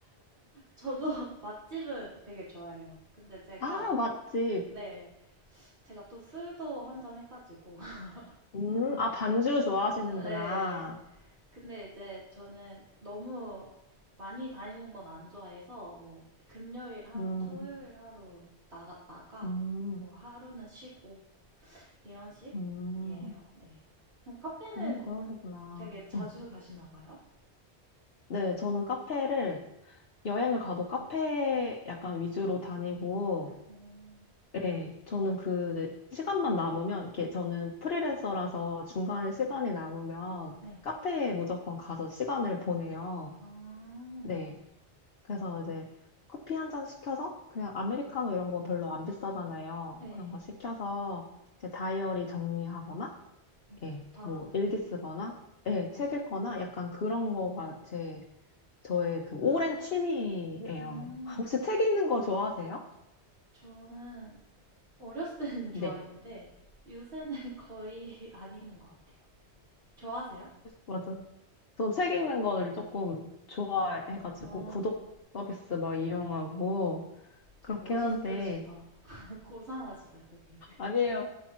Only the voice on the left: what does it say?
아, 맛집.
음, 아, 반주 좋아하시는구나.
음,
음.
음,
음, 그러시구나.
응.
네, 저는 카페를 여행을 가도 카페 약간 위주로 다니고,
네, 저는 그 이제 시간만 남으면, 이렇게 저는 프리랜서라서 중간에 시간이 남으면
카페에 무조건 가서 시간을 보내요.
네, 그래서 이제 커피 한 잔 시켜서 그냥 아메리카노 이런 거 별로 안 비싸잖아요.
그런 거 시켜서 이제 다이어리 정리하거나
예, 뭐 일기 쓰거나, 예, 책 읽거나 약간 그런 거가 제 저의 그 오랜 취미예요.
<laughs> 혹시 책 읽는 거 좋아하세요?
네,
맞아. 저 책 읽는 거를 조금 좋아해가지고
구독 서비스 막 이용하고
그렇긴
한데
아니에요.